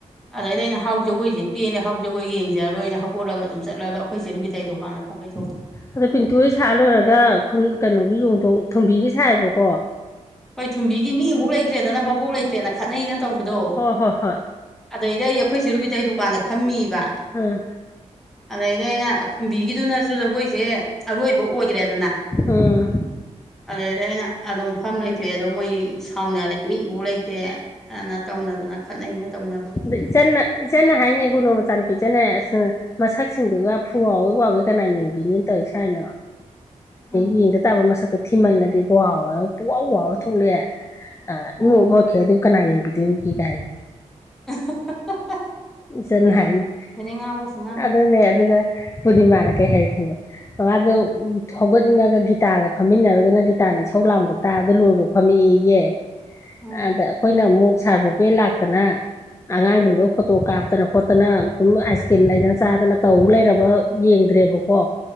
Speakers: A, in the centre; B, on the left.
A: ꯑꯗꯩꯗ ꯑꯩꯅ ꯍꯥꯎ ꯖꯒꯣꯏꯁꯦ ꯄꯦꯅꯦ ꯍꯥꯎ ꯖꯒꯣꯏ ꯌꯦꯡꯖꯔꯣꯏꯅ ꯍꯧꯒꯠꯂꯒ ꯑꯗꯨꯝ ꯆꯠꯂꯒ ꯑꯩꯈꯣꯏꯁꯦꯔꯨꯕꯤꯇꯥꯏ ꯗꯨꯀꯥꯟꯗ ꯐꯛ ꯀꯩ ꯊꯣꯛꯄ
B: ꯑꯗ ꯄꯤꯟꯇꯨ ꯍꯣꯏ ꯁꯥ ꯂꯣꯏꯔꯒ ꯈꯨꯟ ꯀꯩꯅꯣꯒꯤ ꯌꯣꯡꯊꯣꯡ ꯊꯨꯝꯕꯤꯒꯤ ꯁꯥꯏꯌꯦꯕꯀꯣ
A: ꯄꯣꯏꯊꯨꯝꯕꯤꯒꯤ ꯃꯤ ꯑꯃꯨꯛ ꯂꯩꯇ꯭ꯔꯦꯗꯅ ꯚꯕꯣꯛ ꯂꯩ ꯇꯦꯅ ꯈꯠꯅꯩꯅ ꯇꯧꯕꯗꯣ
B: ꯍꯣꯏ ꯍꯣꯏ ꯍꯣꯏ
A: ꯑꯗꯩꯗ ꯑꯩ ꯑꯩꯈꯣꯏꯁꯤ ꯔꯨꯕꯤꯇꯩꯩ ꯗꯨꯀꯥꯟꯗ ꯐꯝꯃꯤꯕ ꯕ
B: ꯑꯥ
A: ꯑꯗꯩꯗ ꯑꯩꯅ ꯊꯨꯝꯕꯤꯒꯤꯗꯨꯅꯁꯨ ꯖꯒꯣꯏꯁꯦ ꯑꯔꯣꯏꯕ ꯑꯣꯏꯈ꯭ꯔꯦꯗꯅ
B: ꯑꯥ
A: ꯑꯗꯨꯗꯩꯗꯤ ꯑꯩꯅ ꯑꯗꯨꯝ ꯐꯝ ꯂꯩ ꯊꯣꯛꯑ ꯑꯗꯣ ꯃꯣꯏ ꯁꯥꯎꯅꯔꯦ ꯃꯤꯕꯨ ꯂꯩꯇꯦ ꯍꯥꯏꯅ ꯇꯧꯅꯗꯅ ꯈꯠꯅꯩꯅ ꯇꯧꯅ
B: ꯑꯗꯨ ꯏꯆꯟꯅ ꯏꯆꯟꯅ ꯍꯥꯏꯅ ꯒꯨꯅꯨ ꯃꯆꯥꯟ ꯄꯤꯖꯅ ꯑꯁ ꯃꯁꯛꯁꯤꯡꯗꯨꯒ ꯊꯨꯋꯎꯋꯦ ꯋꯥꯎꯋꯦ ꯀꯅꯥ ꯌꯦꯡꯕꯤꯅꯤꯅ ꯇꯧꯔꯤꯁ ꯍꯥꯏꯅ
A: ꯎꯝ
B: ꯌꯦꯡꯗ ꯇꯥꯕ ꯃꯁꯛ ꯊꯤꯃꯜꯂꯗꯤ ꯄꯨꯍꯥꯎ ꯋꯥꯎꯔ ꯊꯣꯛꯂꯛꯑꯦ
A: ꯎꯝ
B: ꯏꯉꯣꯛ ꯃꯣꯠꯈꯩ ꯀꯅꯥ ꯌꯦꯡꯕꯤꯗꯣꯏꯔꯨꯒꯦ ꯒꯥꯏ
A: ꯑ ꯍ ꯍ ꯍ
B: ꯏꯆꯟ ꯍꯥꯏꯅꯤ
A: ꯉꯥꯡꯕꯁꯦ ꯉꯥꯡ
B: ꯑꯗꯨꯅꯦ ꯑꯗꯨꯒ ꯄꯨꯅꯤꯃꯥꯅ ꯀꯩ ꯍꯥꯏꯔꯤ ꯈꯪꯕꯣ ꯃꯉꯥꯗꯨ ꯍꯧꯒꯠꯅꯤꯡꯉꯒ ꯒꯤꯇꯥꯔꯒ ꯐꯝꯃꯤꯟꯅꯔꯨꯗꯅ ꯒꯤꯇꯥꯔꯅ ꯁꯧ ꯂꯥꯡꯗꯣ ꯇꯥꯔ ꯥꯗ ꯂꯣꯏꯕ ꯐꯝꯃꯛꯏꯌꯦꯦ
A: ꯎꯝ
B: ꯑꯗ ꯑꯩꯈꯣꯏꯅ ꯑꯃꯨꯛ ꯁꯥꯔ ꯣꯕꯦ ꯂꯥꯛꯇꯅ ꯑꯉꯥꯡꯁꯤꯡꯗꯣ ꯐꯣꯇꯣ ꯀꯥꯞꯇꯅ ꯈꯣꯠꯇꯅ ꯑꯗꯨꯝ ꯑꯥꯏꯁ ꯀ꯭ꯔꯤꯝ ꯂꯩꯗꯅ ꯆꯥꯗꯅ ꯇꯧ ꯂꯩꯔꯕ ꯌꯦꯡꯗ꯭ꯔꯦꯕꯀꯣ